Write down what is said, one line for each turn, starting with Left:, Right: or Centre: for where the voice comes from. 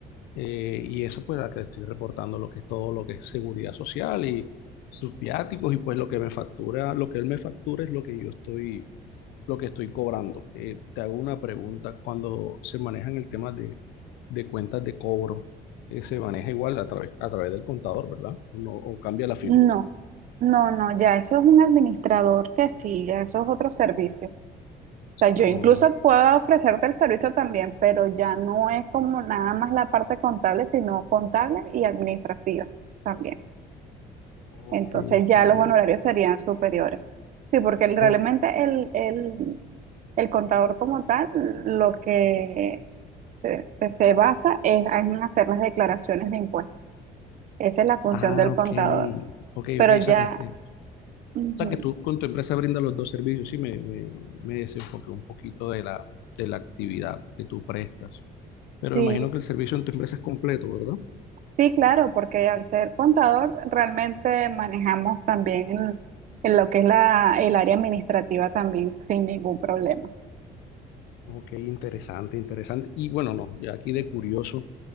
Left: Eh, y eso pues la que estoy reportando lo que es todo lo que es seguridad social y sus viáticos y pues lo que me factura, lo que él me factura es lo que yo estoy, lo que estoy cobrando. Eh, te hago una pregunta, cuando se manejan el tema de, de cuentas de cobro, eh, se maneja igual a través, a través del contador, ¿verdad? ¿O No, o cambia la figura.
Right: No, no, no, ya eso es un administrador que sí, ya eso es otro servicio. O sea, yo
Left: O-
Right: incluso puedo ofrecerte el servicio también, pero ya no es como nada más la parte contable, sino contable y administrativa también.
Left: Oh,
Right: Entonces
Left: Sí, ok.
Right: ya los honorarios serían superiores. Sí, porque el- realmente
Left: Oh,
Right: el, el, el contador como tal lo que se, se se basa es en hacer las declaraciones de impuestos. Esa es la función
Left: ah,
Right: del
Left: ok,
Right: contador.
Left: ok,
Right: Pero
Left: ok,
Right: ya...
Left: o sea que
Right: ujú.
Left: O sea, que tú con tu empresa brindas los dos servicios, sí, me, me, me desenfoqué un poquito de la, de la actividad que tú prestas. Pero
Right: Sí,
Left: me imagino que el servicio en tu empresa es completo, ¿verdad?
Right: Sí, claro, porque al ser contador realmente manejamos también el- en lo que es la, el área administrativa también sin ningún problema.
Left: Ok, interesante, interesante. Y bueno, no, ya aquí de curioso,